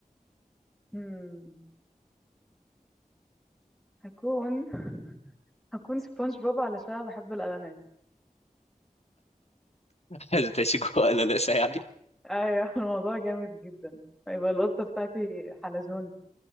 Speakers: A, in the centre; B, on the left.
A: هم. هكون <laughs> هكون سبونج بوب علشان بحب الأناناس
B: <laughs> عايزة تعيشي جوه قلقاسه يعني
A: أيوة <laughs> الموضوع جامد جدا هيبقى القطة بتاعتي حلزون